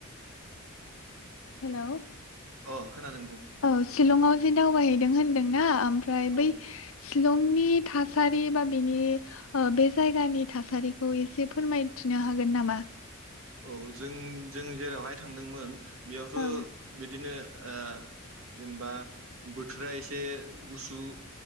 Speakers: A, on the right; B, on the left.
A: औ
B: हेल'
A: अ बुं
B: औ शिलंआव जे दावबायै होनदोंना ओ फ्राय
A: औ
B: बै शलंनि थासारि बा बेनि ओ बे जायगानि थासारिखौ एसे फोरमायथिनो हागोन नामा
A: औ जों जों जेरावहाय थांदोंमोन बेयावथ'
B: औ
A: बिदिनो ओ जेनेबा बोथोरा एसे गुसु